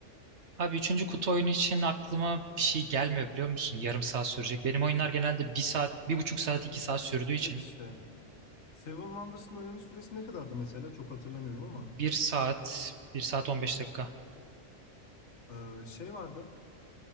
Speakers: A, on the right; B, on the left.
A: Abi üçüncü kutu oyunu için aklıma bir şey gelmiyor biliyor musun? Yarım saat sürecek. Benim oyunlar genelde bir saat, bir buçuk saat, iki saat sürdüğü
B: Evet
A: için.
B: işte. Seven Wonders'ın oynanış süresi ne kadardı mesela? Çok hatırlamıyorum ama.
A: Bir saat, bir saat 15 dakika.
B: Ee, şey vardı.